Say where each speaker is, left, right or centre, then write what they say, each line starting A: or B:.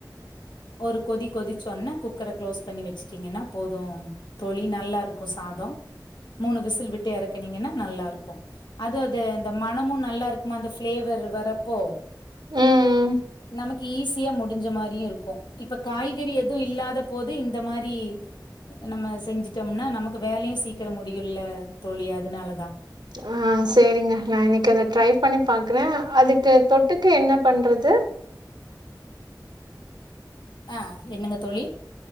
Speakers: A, on the left; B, on the right.
A: ஒரு கொதி கொதிச்சொன்னே குக்கர க்ளோஸ் பண்ணி வச்சுட்டீங்கன்னா போது தோழி நல்லா இருக்கு சாதோ மூணு விசில் விட்டு எறக்குனீங்கன்னா நல்லா இருக்கு அது அது அந்த மணமு நல்லா இருக்குமா அந்த ஃப்ளேவர் வரப்போ
B: ம்.
A: நமக்கு ஈஸியா முடிஞ்ச மாரியு இருக்கு இப்ப காய்கறி எது இல்லாத போது இந்த மாரி நம்ம செஞ்சுட்டோம்னா நமக்கு வேலையு சீக்கிர முடியுல்ல தோழி அதனாலதா
B: ஆ செரிங்க நா இன்னைக்கு அத ட்ரை பண்ணி பாக்குறே அதுக்கு தொட்டுக்க என்ன பண்றது
A: ஆ என்னங்க தோழி